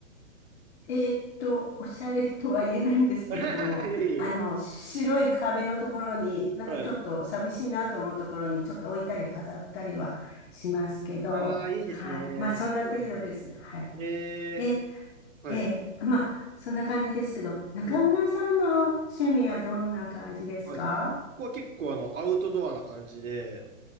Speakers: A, on the left (about 50°); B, on the right (about 70°).
A: えーっと、おしゃれとは言えないんですけれども、
B: <laughs> いやいやいや。
A: あの、白い壁のところに、なんかちょっと寂しいなと思うところに、
B: はい。
A: ちょっと置いたり飾ったりはしますけど、
B: ああ、いいですね。
A: はい。まあ、そんな程度です。
B: そうなんですね。
A: はい。
B: え
A: え、
B: えはい。
A: えーまあ、そんな感じですけど、中村さんの趣味はどんな感じですか
B: うん。はい。はい。ここは結構あの、アウトドアな感じで、